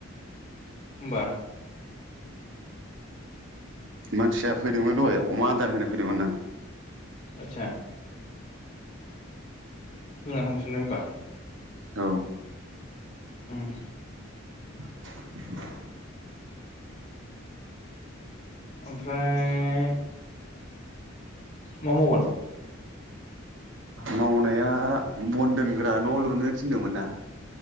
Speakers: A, on the left; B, on the right.
A: होमबा
B: मानसिया फैदोंमोन दहाय अमा आदार होनो फैदोंमोन दां
A: आतसा होना थांफिननो होमबा
B: औ
A: उम
B: <inaudible>
A: ओमफ्राय मा मावगोन?
B: मावनाया बन दोनग्रा न लुनो थिनदोंमोन ना